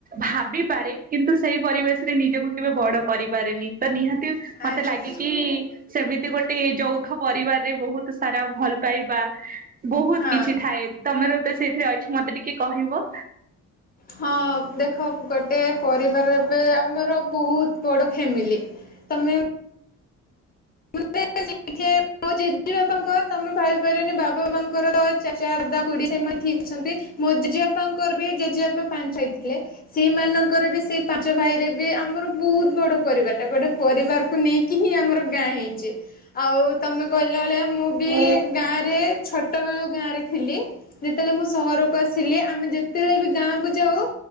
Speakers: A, on the right; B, on the left.
A: ଭାବିପାରେ। କିନ୍ତୁ ସେଇ ପରିବେଶ୍ ରେ ନିଜକୁ କେବେ ବଡ କରିପାରିନି। ତ ନିହାତି ମତେ
B: ଆଚ୍ଛା
A: ଲାଗେକି ସେମିତି ଗୋଟେ ଯୌଥ ପରିବାରରେ ବହୁତ୍ ସାରା ଭଲ ପାଇବା ବୋହୁତ୍
B: ହଁ।
A: କିଛି ଥାଏ। ତମର ତ ସେଇଠି ଅଛି ମତେ ଟିକେ କହିବ।
B: ହଁ ଦେଖ ଗୋଟେ ପରିବାର ଏବେ ଆମର ବହୁତ୍ ବଡ ଫ୍ୟାମିଲି। ତମେ <unintelligible> ମୋ ଜେଜେ ବାପାଙ୍କର ତମେ ଭାବି ପାରିବନି ବାବା ବାପାଙ୍କର ଚାଚା ଦାଦା ଖୁଡି ସେମାନେ ଠିକ୍ ଅଛନ୍ତି। ମୋ ଜେଜେ ବାପାଙ୍କର ବି ଜେଜେ ବାପା ପାଞ୍ଚ ଥାଇ ଥିଲେ। ସେଇମାନଙ୍କର ବି ସେଇ ପାଞ୍ଚ ଭାଇରେ ବି ଆମର ବୋହୁତ୍ ବଡ ପରିବାର ଟା। ଗୋଟେ ପରିବାରକୁ ନେଇକି ହିଁ ଆମର ଗାଁ ହେଇଛି ଆଉ ତମେ କହିଲ ହଳିଆ ମୁଁ ବି
A: ଓ
B: ଗାଁ ରେ ଛୋଟ ବେଳୁ ଗାଁ ରେ ଥିଲି ଯେତେବେଳେ ମୁଁ ସହରକୁ ଆସିଲି ଆମେ ଯେତେବେଳେ ବି ଗାଁକୁ ଯାଉ